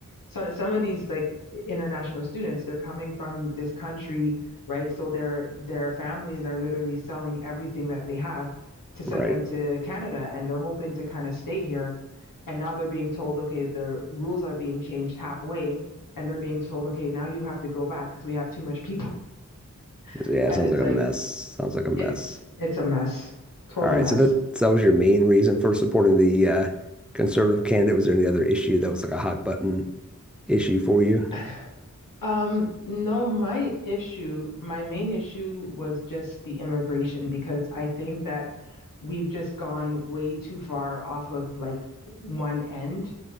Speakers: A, on the left; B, in the centre.
A: some some of these like international students, they're coming from this country, right? So their their families are literally selling everything that they have to send
B: right.
A: them to Canada and they're hoping to kind of stay here. And now they're being told, okay, the rules are being changed halfway and they're being told, okay, now you have to go back because we have too much people. <laughs>
B: Yeah,
A: And
B: it sounds
A: it's
B: like a
A: like
B: mess. Sounds like a mess.
A: it's it's a mess. Total
B: All right,
A: mess.
B: so that so that was your main reason for supporting the uh, conservative candidate. Was there any other issue that was like a hot button issue for you?
A: <laughs> <sighs> Um, no, my issue, my main issue was just the immigration because I think that we've just gone way too far off of like one end